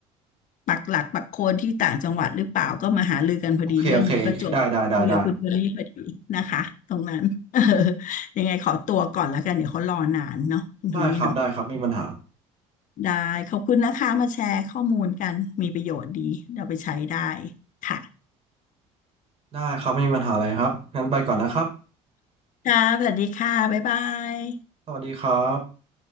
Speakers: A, on the left; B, on the right.
A: ปักหลักปักโคนที่ต่างจังหวัดหรือเปล่าก็มาหารือกันพอดีเรื่องนี้ประจวบกับคุยกับคุณเบลลี่พอดีนะคะตรงนั้น
B: โอเคโอเคได้ได้ได้ได้
A: <laughs> ยังไงขอตัวก่อนแล้วกันเดี๋ยวเขารอนานเนาะคุณโทนี่เนาะ
B: ได้ครับได้ครับไม่มีปัญหา
A: ได้ขอบคุณนะคะมาแชร์ข้อมูลกันมีประโยชน์ดีเราไปใช้ได้ค่ะ
B: ได้ครับไม่มีปัญหาอะไรครับงั้นไปก่อนนะครับ
A: ค่ะสวัสดีค่ะบ๊ายบาย
B: สวัสดีครับ